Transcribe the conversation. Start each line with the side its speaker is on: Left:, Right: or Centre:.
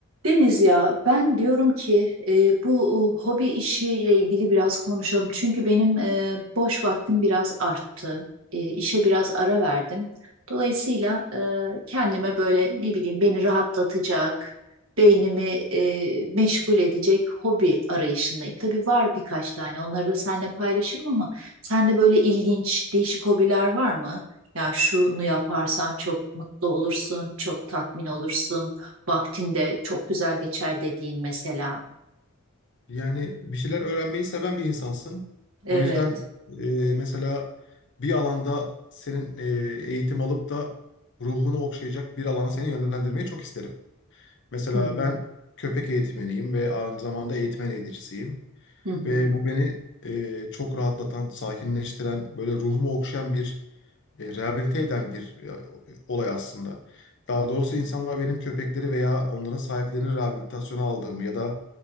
Right: Deniz ya ben diyorum ki e, bu e, hobi işiyle ilgili biraz konuşalım. Çünkü benim e, boş vaktim biraz arttı. E, işe biraz ara verdim. Dolayısıyla e, kendime böyle ne bileyim beni rahatlatacak, beynimi e, meşgul edecek hobi arayışındayım. Tabii var birkaç tane onları da seninle paylaşırım ama sende böyle ilginç değişik hobiler var mı? Ya şunu yaparsan çok mutlu olursun, çok tatmin olursun vaktinde çok güzel geçer dediğin mesela.
Left: Yani bir şeyler öğrenmeyi seven bir insansın.
Right: Evet.
Left: O yüzden e, mesela bir alanda senin e, eğitim alıp da ruhunu okşayacak bir alana seni yönlendirmeyi çok isterim. Mesela
Right: Hı hı.
Left: ben köpek eğitmeniyim ve aynı zamanda eğitmen eğiticisiyim.
Right: Hı hı.
Left: Ve bu beni e, çok rahatlatan, sakinleştiren, böyle ruhumu okşayan bir e, rehabilite eden bir e, olay aslında. Daha doğrusu insanlar benim köpekleri veya onların sahiplerini rehabilitasyona aldığımı ya da